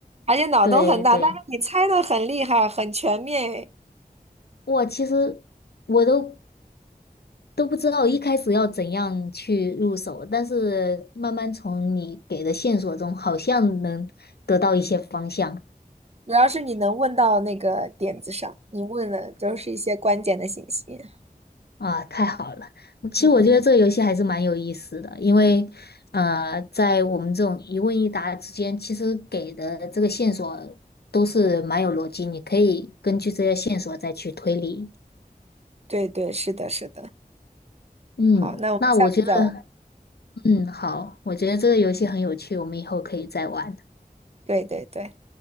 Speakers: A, on the right; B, on the left.
A: 而且脑洞很大，
B: 对对。
A: 但是你猜的很厉害，很全面诶。
B: 我其实我都都不知道一开始要怎样去入手，但是慢慢从你给的线索中，好像能得到一些方向
A: 主要是你能问到那个点子上，你问的都是一些关键的信息。
B: 啊，太好了！嗯其实我觉得这个游戏还是蛮有意思的，
A: 嗯嗯，嗯，
B: 因为呃，在我们这种一问一答之间，其实给的这个线索都是蛮有逻辑，你可以根据这些线索再去推理。
A: 对对，是的，是的。
B: 嗯，
A: 好，那我们下次再玩。
B: 那我觉得，嗯，好，我觉得这个游戏很有趣，
A: 嗯，
B: 我们以后可以再玩。
A: 对对对，